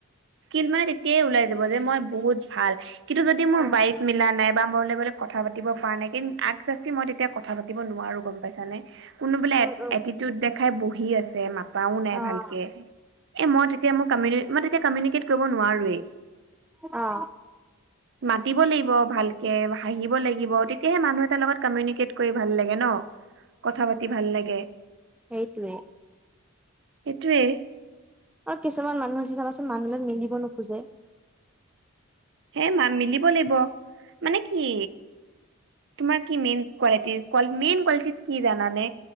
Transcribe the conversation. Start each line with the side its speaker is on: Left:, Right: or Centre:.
Right: স্কিল মানে তেতিয়াই ওলাই যাব যে মই বহুত ভাল কিন্তু যদি মোৰ
Centre: অ'
Right: বাইফ মিলা নাই বা মই। কথা পাতিব পৰা নাই কিন্ত আগজাছি মই তেতিয়া কথা পাতিব নোৱাৰো গম পাইছা নে কোনোবোলে।
Centre: উম, উম।
Right: এটিটিউড দেখাই বহি আছে মাতাও নাই
Centre: অ',
Right: ভালকে। এ মই তেতিয়া মোৰ কমিউ মই তেতিয়া কমিউনিকেট কৰিব নোৱাৰোৱেই।
Centre: অ।
Right: মাতিব লাগিব ভালকে হাঁহিব লাগিব তেতিয়াহে মানুহ এটাৰ লগত কমিউনিকেট কৰি ভাল লাগে। ন কথা পাতি ভাল লাগে।
Centre: সেইটোৱে।
Right: সেইটোৱে।
Centre: আৰু কিছুমান মানুহ আছে চাবাচোন মানুহলৈ মিলিব নোখোজে।
Right: হে মা মিলিব লাগিব মানে কি। তোমাৰ কি মেইন কোৱালিটি মেইন কোৱালিটি কি জানানে।